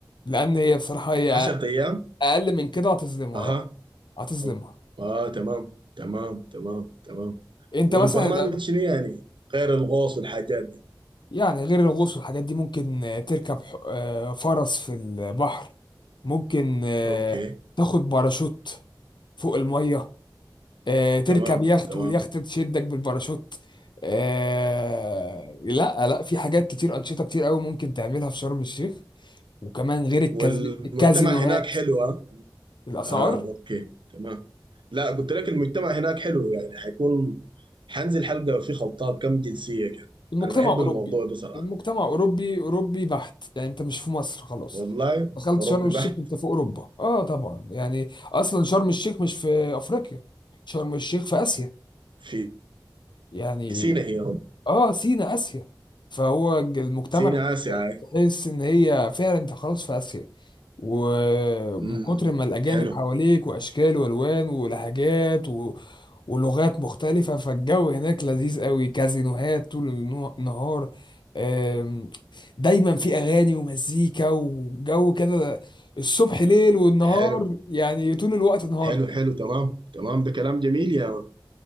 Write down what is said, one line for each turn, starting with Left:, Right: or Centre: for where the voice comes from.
Left: لان هي بصراحة هي
Right: 10 أيام
Left: اقل من كده هتظلمها
Right: أها
Left: اه هتظلمها
Right: أوكي. آه تمام تمام تمام تمام
Left: انت
Right: والبرنامج
Left: مثلا
Right: شنو يعني غير الغوص والحاجات دي
Left: يعني غير الغوص والحاجات دي ممكن آه، تركب ح- آه، فرس في البحر ممكن آه،
Right: اوكي
Left: تاخد باراشوت فوق المية آه، تركب
Right: تمام
Left: يخت
Right: تمام
Left: واليخت تشدك بالباراشوت آه، لا لا في حاجات كتير أنشطة كتير قوي ممكن تعملها في شرم الشيخ وكمان غير الكازي-
Right: والمجتمع
Left: الكازينوهات
Right: هناك حلو ها
Left: الأسعار
Right: اه اوكي تمام لا قلت لك المجتمع هناك حلو يعني حيكون حنزل حلقة في خلطات كم جنسية كده
Left: المجتمع
Right: انا بحب
Left: أوروبي
Right: الموضوع ده صراحة
Left: المجتمع أوروبي أوروبي بحت يعني أنت مش في مصر خلاص
Right: والله
Left: دخلت
Right: اوروبي
Left: شرم الشيخ
Right: بحت
Left: أنت في أوروبا أه طبعا يعني أصلا شرم الشيخ مش في أفريقيا شرم الشيخ في آسيا
Right: في
Left: يعني
Right: سينا هي
Left: أه سينا آسيا فهو المجتمع
Right: سينا
Left: اللي
Right: آسيا
Left: هناك
Right: هاي.
Left: تحس ان هي فعلا انت خلاص في اسيا ومن
Right: م-
Left: كتر
Right: م.
Left: ما الأجانب
Right: حلو
Left: حواليك وأشكال وألوان ولهجات و... ولغات مختلفة فالجو هناك لذيذ قوي كازينوهات طول النو- النهار آم، دايما في أغاني ومزيكا وجو كده الصبح ليل والنهار
Right: حلو
Left: يعني طول الوقت نهار
Right: حلو حلو تمام تمام ده كلام جميل يا